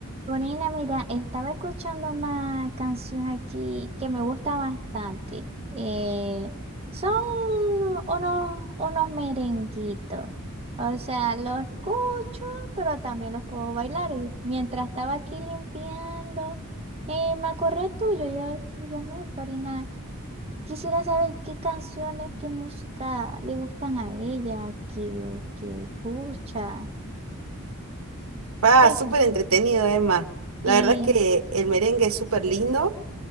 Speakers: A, on the right; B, on the right.
A: Corina, mira, estaba escuchando una canción aquí que me gusta bastante. Eh, son unos, unos merenguitos. O sea, los escucho, pero también los puedo bailar. Y mientras estaba aquí limpiando, eh, me acordé tuyo. Yo, y yo me, Corina, quisiera saber qué canciones, qué música le gustan a ella, qué, qué escucha,
B: Ah,
A: qué
B: súper
A: escucha.
B: entretenido, Emma. La
A: Sí,
B: verdad es que el merengue es súper lindo.